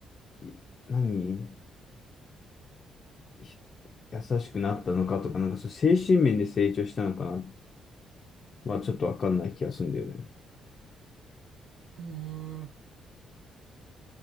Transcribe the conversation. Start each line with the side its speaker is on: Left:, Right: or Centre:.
Left: い何、ひ優しくなったのかとか、なんかそう、精神面で成長したのかなは、ちょっとわかんない気がするんだよね。
Right: うーん。